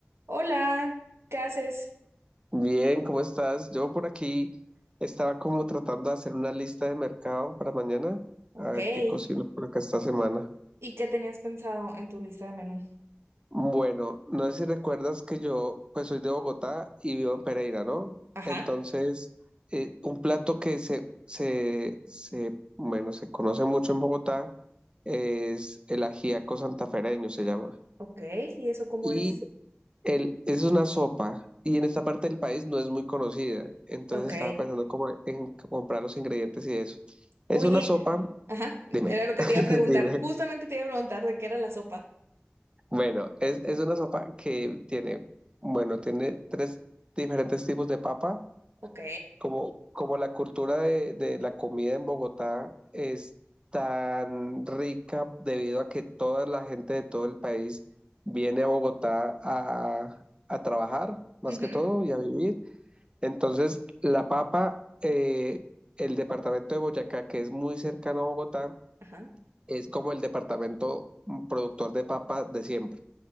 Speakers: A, on the right; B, on the right.
A: Hola, ¿qué haces?
B: Bien, ¿cómo estás? Yo por aquí estaba como tratando de hacer una lista de mercado para mañana,
A: Ok.
B: a ver
A: ¿Y
B: qué cocino por acá esta semana.
A: qué tenías pensado en tu lista de menú?
B: Bueno, no sé si recuerdas que yo pues soy de Bogotá y vivo en Pereira, ¿no?
A: Ajá.
B: Entonces, eh, un plato que se, se, se, bueno, se conoce mucho en Bogotá es el ajíaco santafereño, se llama.
A: Ok. ¿Y eso cómo
B: Y
A: es?
B: El, es una sopa y en esta parte del país no es muy conocida. Entonces
A: Ok.
B: estaba pensando como en comprar los ingredientes y eso. Es
A: Oye,
B: una sopa,
A: ajá,
B: dime,
A: era lo que
B: <laughs>
A: te iba a preguntar.
B: dime.
A: Justamente te iba a preguntar de qué era la sopa.
B: Bueno, es, es una sopa que tiene, bueno, tiene tres diferentes tipos de papa.
A: Ok.
B: Como, como la cultura de, de la comida en Bogotá es tan rica debido a que toda la gente de todo el país viene a Bogotá a, a trabajar, más
A: ujú,
B: que todo, y a vivir. Entonces, la papa, eh, el departamento de Boyacá, que es muy cercano a Bogotá,
A: Ajá.
B: es como el departamento mm, productor de papa de siempre.